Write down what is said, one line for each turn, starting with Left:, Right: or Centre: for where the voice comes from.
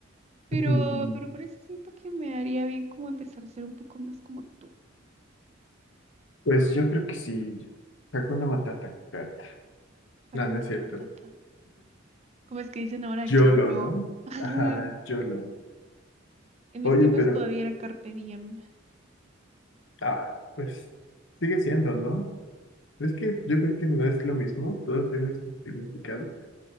Right: Pero,
Left: <laughs>
Right: pero por eso siento que me haría bien como empezar a ser un poco más como tú,
Left: Pues yo creo que sí. Hakuna Matata. cat.
Right: Hakuna
Left: No, no es cierto.
Right: Matata. ¿Cómo es que dicen ahora YOLO?
Left: YOLO, ¿no?
Right: <laughs>
Left: Ajá, YOLO.
Right: En mis
Left: Oye,
Right: tiempos
Left: pero,
Right: todavía era Carpe Diem.
Left: ah, pues sigue siendo, ¿no? Es que yo creo que no es lo mismo, todos tienen su significado.